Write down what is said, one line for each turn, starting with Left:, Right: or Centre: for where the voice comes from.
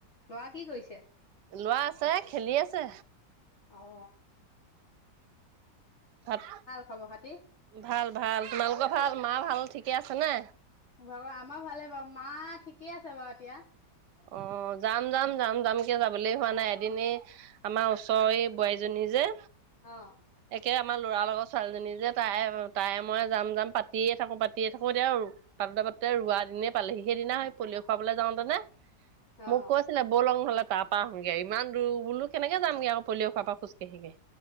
Left: ল'ৰা কি কৰিছে?
Right: ল'ৰা আছে খেলি আছে।
Left: অ'হ।
Right: ভাত,
Left: খবৰ খাতি
Right: ভাল-ভাল। তোমালোকৰ ভাল? মা ভাল ঠিকে আছে নে?
Left: মোৰ ভাগৰ আমাৰ ভালে বাৰু, মা ঠিকেই আছে বাৰু এতিয়া।
Right: অ' যাম-যাম-যাম যামকে যাবলৈ হোৱা নাই, এদিন এই আমাৰ ওচৰৰ এই বোৱাৰীজনী নিজে
Left: অ'হ।
Right: এ' আমাৰ ল'ৰাৰ লগৰ ছোৱালীজনী যে, তাই তাই মই যাম-যাম পাতিয়ে থাকো, পাতিয়েই থাকো এতিয়া লগতে ৰোৱা দিনে পালেহি, সেইদিনা সেই পলিঅ' খুৱাবলৈ যাওঁ তেনে
Left: অ
Right: মোক কৈছিলে বল লং হ'লে তাৰ পৰা আহোগে ইমান দূৰ বোলো কেনেকে যাম ইয়াৰপা পলঅ' খোৱাৰ পৰা খোজকাঢ়ি কাঢ়ি।